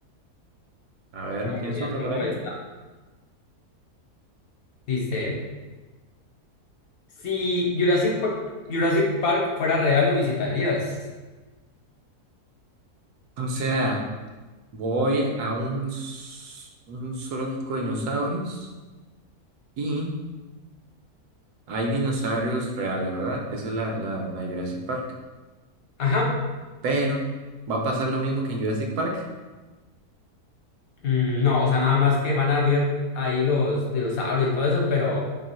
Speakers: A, on the right; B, on the left.
A: A ver,
B: Bueno,
A: ¿no tienes
B: mira,
A: otra
B: tengo
A: por ahí?
B: esta. Dice, si Jurassic Park, Jurassic Park fuera real, ¿lo visitarías?
A: O sea. Voy a un, s- un zoológico de dinosaurios y hay dinosaurios reales, ¿verdad? Esa es la, la, la Jurassic Park.
B: Ajá.
A: Pero, ¿va a pasar lo mismo que en Jurassic Park?
B: Mm, no, o sea, nada más que van a ver ahí los dinosaurios y todo eso, pero...